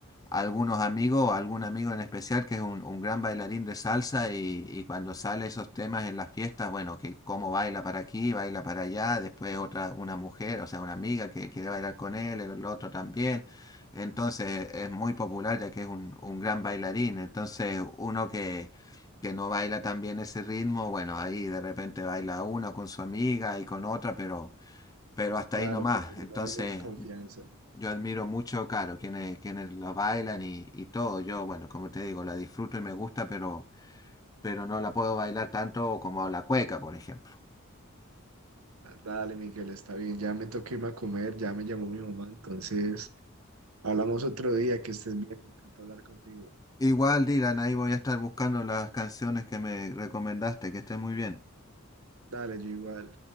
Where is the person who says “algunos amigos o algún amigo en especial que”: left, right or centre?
Left